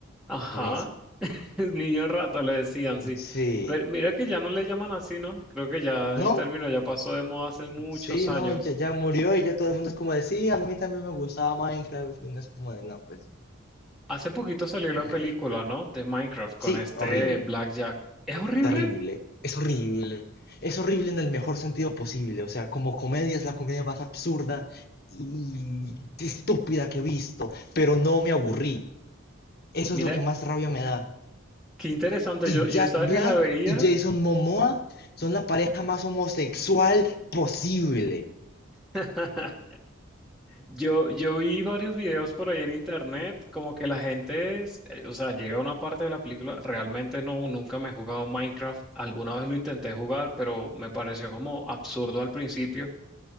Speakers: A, in the centre; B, on the left.
A: Ajá,
B: en ese.
A: <laughs> el niño rata le decían, sí.
B: Sí,
A: Pero mira que ya no le llaman así, ¿no? Creo que ya
B: no,
A: el término ya pasó de moda hace muchos
B: sí,
A: años.
B: no, ya, ya murió y ya todo el mundo es como de, sí, a mí también me gustaba Minecraft, y uno es como de, no, pues,
A: Hace poquito salió
B: nah.
A: la película, ¿no? De Minecraft con
B: Sí,
A: este
B: horrible.
A: Blackjack. Es horrible,
B: terrible, es horrible, es horrible en el mejor sentido posible, o sea, como comedia es la comedia más absurda y estúpida que he visto, pero no me aburrí, eso
A: Mira,
B: es lo que más rabia me da.
A: qué interesante.
B: Y
A: Yo, yo
B: Jack
A: estaba
B: Black
A: que la veía.
B: y Jason Momoa son la pareja más homosexual posible.
A: <laughs> Yo, yo vi varios videos por ahí en internet, como que la gente, es- eh, o sea, llega a una parte de la película, realmente no, nunca me he jugado Minecraft, alguna vez lo intenté jugar, pero me pareció como absurdo al principio,